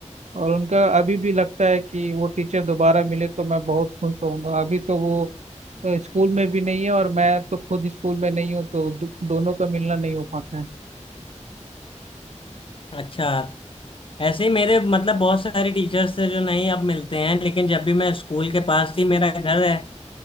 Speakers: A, on the right (about 65°); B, on the left (about 45°).
A: और उनका अभी भी लगता है कि वो टीचर दोबारा मिले तो मैं बहुत खुश होऊंगा अभी तो वो अ, स्कूल में भी नहीं है और मैं तो खुद स्कूल में नहीं हूँ तो दो, दोनों का मिलना नहीं हो पाता है
B: अच्छा ऐसे ही मेरे मतलब बहुत सारे टीचर्स थे जो नहीं अब मिलते हैं लेकिन जब भी मैं स्कूल के पास ही मेरा घर है